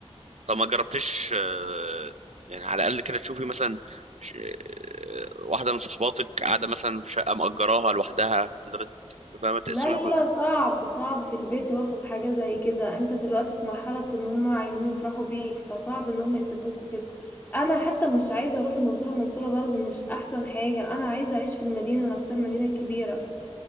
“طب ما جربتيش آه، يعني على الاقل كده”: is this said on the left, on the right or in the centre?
Right